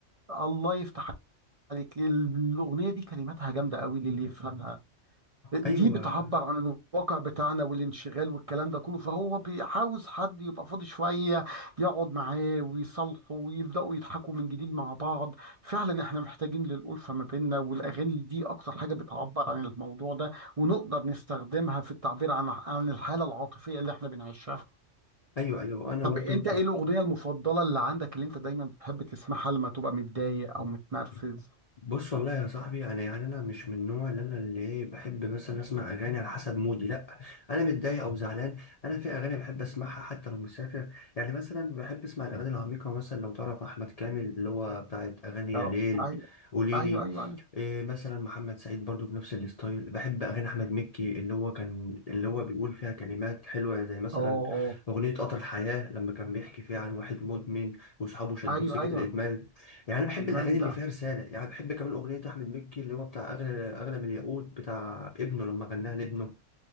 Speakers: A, on the right; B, on the left.
A: الله يفتح عليك الأغنية دي كلماتها جامدة قوي للي يفهمها دي
B: ايوه
A: بتعبر عن الواقع بتاعنا والانشغال والكلام ده كله فهو بي- عاوز حد يبقى فاضي شوية يقعد معاه ويصالحه ويبدأوا يضحكوا من جديد مع بعض فعلا احنا محتاجين للألفة ما بيننا والأغاني دي أكتر حاجة بتعبر عن الموضوع ده ونقدر نستخدمها في التعبير عن عن الحالة العاطفية اللي احنا بنعيشها
B: ايوه ايوه انا
A: طب
B: برضو
A: انت ايه الأغنية المفضلة اللي عندك اللي انت دايما بتحب تسمعها لما تبقى متضايق
B: ك-
A: أو متنرفز؟
B: بص والله يا صاحبي يعني يعني انا مش من النوع اللي انا اللي إيه بحب مثلا اسمع اغاني على حسب مودي لا انا متضايق او زعلان انا في اغاني بحب اسمعها حتى لو مسافر يعني مثلا بحب اسمع الاغاني العميقه مثلا لو تعرف احمد كامل اللي هو بتاعت اغاني
A: اه
B: يا ليل
A: ايوه
B: قوليلي
A: ايوه ايوه ايوه
B: إيه مثلا محمد سعيد برضو بنفس الستايل بحب اغاني احمد مكي اللي هو كان اللي هو بيقول فيها كلمات حلوه زي مثلا
A: اه اه
B: اغنيه قطر الحياه لما كان بيحكي فيها عن واحد مدمن واصحابه شدوه
A: ايوه
B: سكه
A: ايوه
B: الادمان يعني انا بحب
A: جامدة
B: الاغاني اللي فيها رساله يعني بحب كمان اغنيه احمد مكي اللي هو بتاع اغلى اغلى من الياقوت بتاع ابنه لما غناها لابنه